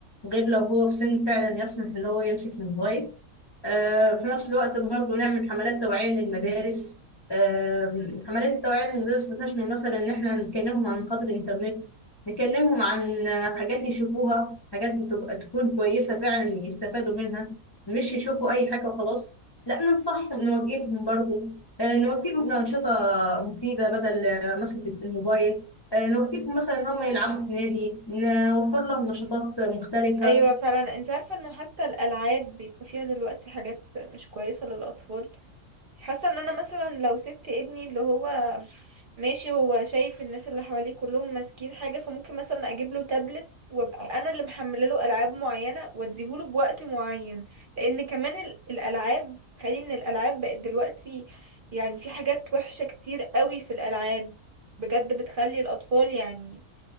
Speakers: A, on the left (about 30°); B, on the right (about 45°).
A: غير لو هو في سن فعلا يسمح ان هو يمسك الموبايل آه، في نفس الوقت برضو نعمل حملات توعية للمدارس آه، حملات التوعية للمدارس بتشمل مثلا إن إحنا نكلمهم عن خطر الإنترنت نكلمهم عن آه، حاجات يشوفوها حاجات بتبقى تكون كويسة فعلا يستفادوا منها مش يشوفوا أي حاجة وخلاص لا ننصحهم نوجههم برضو آه، نوجههم لأنشطة مفيدة بدل آه، مسكة الموبايل آه، نوجههم مثلا إن هم يلعبوا في نادي نوفر لهم نشاطات مختلفة
B: ايوه فعلا انت عارفه انه حتى الالعاب بيبقى فيها دلوقتي حاجات مش كويسه للاطفال حاسه ان انا مثلا لو سبت ابني اللي هو ماشي هو شايف الناس اللي حواليه كلهم ماسكين حاجه فممكن مثلا اجيب له تابلت وابقى انا اللي محمله له العاب معينه واديهوله بوقت معين لان كمان ال- الالعاب خلي ان الالعاب بقت دلوقتي يعني في حاجات وحشه كتير قوي في الالعاب بجد بتخلي الاطفال يعني